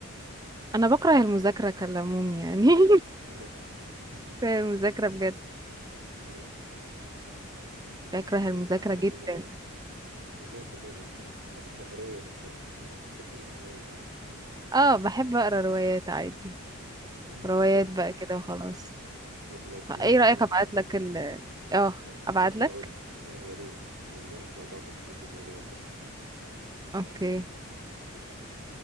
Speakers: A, on the right; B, on the right.
A: انا بكره المذاكرة كالعموم يعني <laughs>
B: <laughs>
A: المذاكرة بجد
B: اه لكن
A: بكره المذاكرة
B: ال-
A: جدا
B: ال- لا. والله كلنا والله طب القراية نفسها بتحب بتحب القراية عموما
A: اه بحب اقرا روايات عادي
B: طيب
A: روايات
B: طب لو
A: بقى كده وخلاص
B: طب لو كده
A: ايه
B: مثلا
A: رأيك ابعت لك ال اه
B: كنت
A: ابعت
B: لسه
A: لك
B: هقول لك اه يا ريت ونناقش مع بعض نشوف الدنيا ايه اخبارها
A: اوكي
B: اتفقنا